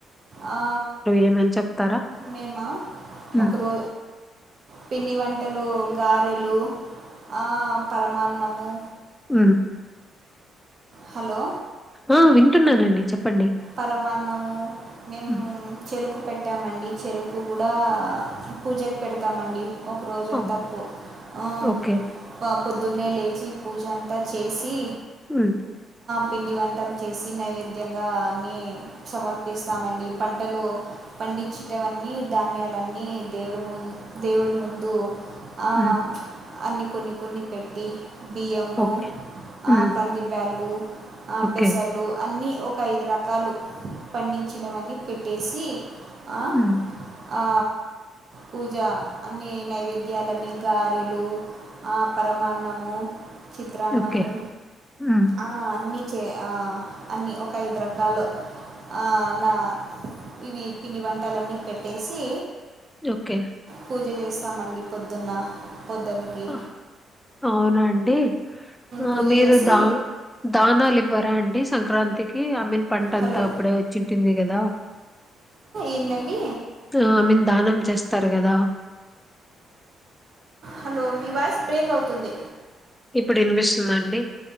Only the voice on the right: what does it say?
ఆ
మేమా
ఒకరో పిండి వంటలు గారెలు ఆ పరమాన్ నమో
హలో
పరమాన్నము మేము
చెరుకు పెట్టామండి చెరు కు కూడా పూజకు పెడతామండి. ఒక రోజంతా
పు ఆ
పబ్ పొద్దున్నే లేచి పూజ అంతా చేసి
పిండి వంటలు చేసి నైవేద్యంగా నీ సమర్పిస్తామండి. పంటలు పండిచ్చిటవన్ని న్నీ ధాన్యాలన్నీ దేవుడు ముదు దేవుడు ముందు ఆ
అన్ని కొన్ని కొన్ని పెట్టి బియ్యము
ఆ
కందిబ్యాల్లు అ
పెసలు అన్ని ఒకైదు రక్ కాలు పండించినవన్ని పె ట్టేసి అ
ఆ పూజ అన్నీ నైవేద్యాలన్ని గారెలు ఆ పరమాన్నము చిత్రాన్నము
ఆ అన్ని చే ఆ అన్ని ఒక ఐదు రక్ కాలొ ఆ నా ఇవి పిండి వన్ టలన్ని పెట్టేసి
పూజ చేస్ తామండి పొద్దున్న పొద్దున్నకి
పూజ
చేసి
హలో
ఏందండి
హలో మీ వాయిస్ బ్రేక్ అవుతుంది